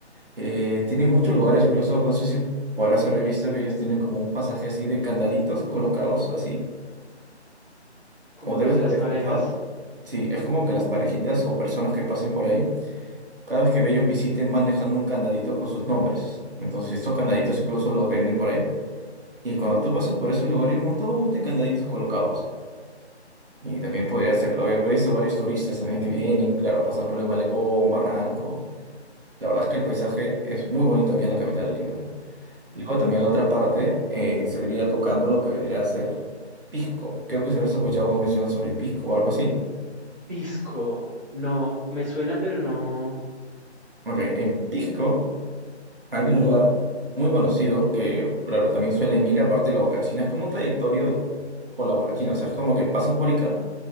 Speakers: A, on the right; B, on the right.
A: Eh, tienen muchos lugares, incluso, no sé si podrás haber visto que ellos tienen como un pasaje así de candaditos colocados así,
B: como
A: o debes
B: los de las
A: haber
B: parejas.
A: escuchado. Sí, es como que las parejitas o personas que pasen por ahí, cada vez que ellos visiten van dejando un candadito con sus nombres. Entonces, estos candaditos incluso los venden por ahí. Y cuando tú pasas por ese lugar hay un montón de candaditos colocados. Y también podría
B: Mm.
A: hacerlo. He visto varios turistas también que vienen, claro, pasan por el malecón, un barranco. La verdad es que el paisaje es muy bonito aquí en la capital de Lima, ¿no? Luego también la otra parte eh, se diría tocando lo que vendría a ser Pisco. Creo que se había escuchado mencionar sobre Pisco o algo así.
B: Pisco, no, me suena, pero no.
A: Ok, en Pisco hay un lugar muy conocido que, claro, también suelen ir aparte de la Huacachina. Es como un trayectorio por la Huacachina. O sea, es como que pasas por Ica